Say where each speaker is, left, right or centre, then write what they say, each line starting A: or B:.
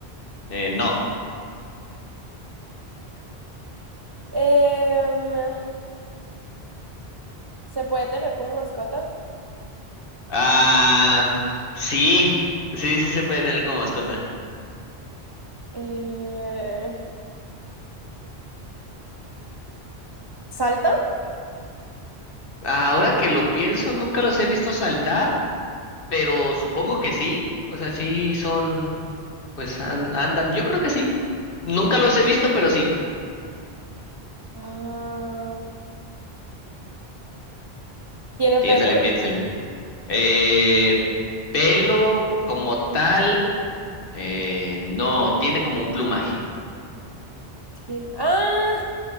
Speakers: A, on the left; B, on the right.
A: Eh, no.
B: Em, ¿se puede tener como mascota?
A: Ah, sí, sí, sí se puede tener como mascota.
B: Eh, ¿salta?
A: Ahora que lo pienso, nunca los he visto saltar, pero supongo que sí. O sea, sí son, pues an- andan, yo creo que sí. Nunca los he visto, pero sí.
B: Ah, ¿tiene
A: Piénsale,
B: pelo?
A: piénsale. Eh, pelo como tal, eh, no, tiene como un plumaje.
B: Tien- Ah,